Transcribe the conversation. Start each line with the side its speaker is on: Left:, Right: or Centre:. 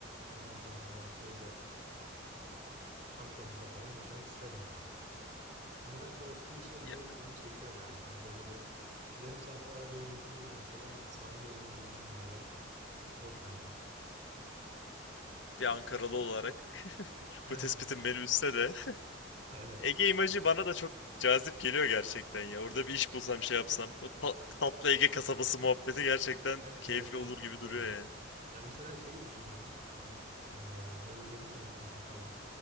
Right: ondan sonra şeyde Akdeniz'de falan yaşamak isterim yani. Nedense o kıyı şeridi
Left: Ya,
Right: beni çekiyor birazcık. Hani böyle bir, bir yarım saat bir araba yolculuğuyla mesela sahile inebildiğin bir yer. Hoş bence.
Left: Bir Ankaralı olarak
Right: <laughs>
Left: bu tespitin beni üzse de
Right: Evet.
Left: Ege imajı bana da çok cazip geliyor gerçekten ya. Orada bir iş bulsam şey yapsam o ta- tatlı Ege kasabası muhabbeti gerçekten
Right: Evet
Left: keyifli
Right: evet tam
Left: olur
Right: olarak
Left: gibi
Right: öyle.
Left: duruyor ya.
Right: Ya mesela şeyi düşünüyorum. Hani eee, böyle dedim ya hani kafe falan.